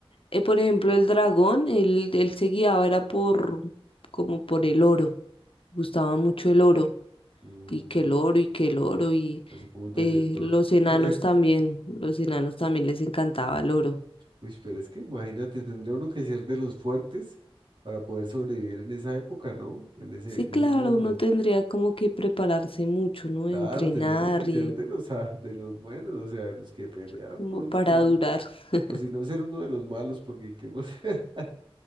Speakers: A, on the left (about 65°); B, on the right (about 50°).
A: Eh, por ejemplo, el dragón, él, él se guiaba, era por, como por el oro, gustaba mucho el oro,
B: Mm,
A: y que el oro, y que el oro, y
B: así como un detector.
A: eh, los enanos
B: <laughs>
A: también, los enanos también les encantaba el oro.
B: Uy, pero es que imagínate, tendría uno que ser de los fuertes para poder sobrevivir en esa época, ¿no? En ese,
A: Sí,
B: en
A: claro,
B: ese mundo.
A: uno tendría como que prepararse mucho, ¿no?
B: Claro,
A: Entrenar
B: tendría uno que ser
A: y
B: de los, ah, de los buenos, o sea, de los que pelean
A: como
B: brusco.
A: para durar.
B: que-
A: <laughs>
B: O si no, ser uno de los malos, porque ¿qué más? <laughs>